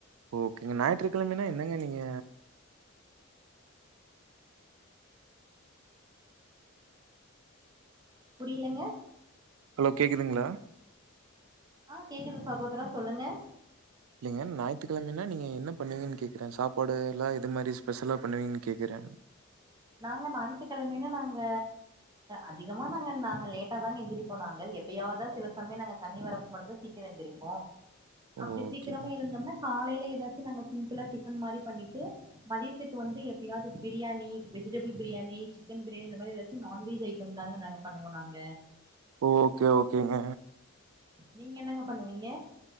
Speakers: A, on the right; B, on the right.
A: ஓகேங்க ஞாயிற்றுக்கெழமனா என்னங்க நீங்க
B: புரியலங்க
A: ஹலோ கேக்குதுங்ளா
B: ஆ கேக்குது சகோதரா சொல்லுங்க
A: இல்லைங்க ஞாயித்துக்கெழமைன்னா நீங்க என்ன பண்ணுவீங்கன்னு கேக்குறே சாப்பாடு எல்லா எது மாரி ஸ்பெஷலா பண்ணுவீங்கன்னு கேக்குறே
B: நாங்க ஞாயித்துக்கெழமைன்னா நாங்க அதிகமா நாங்க நாங்க லேட்டாதாங்க எந்திரிப்போ நாங்க எப்பயாதா சில சமய நாங்க தண்ணி வரப்ப மட்டுந்தா சீக்கர எந்திரிப்போ அப்டி
A: ஓகே
B: சீக்கிரமா எழுந்தம்னா காலையில எதாச்சு நாங்க சிம்பிளா டிஃபன் மாரி பண்ணிட்டு மதியத்துக்கு வந்து எப்பயாவுது பிரியாணி வெஜிடபிள் பிரியாணி சிக்கன் பிரியாணி இந்த மாரி எதாச்சு நான்வெஜ் ஐட்டம் தாங்க நாங்க பண்ணுவோ நாங்க
A: ஓகே ஓகேங்க
B: நீங்க என்னங்க பண்ணுவீங்க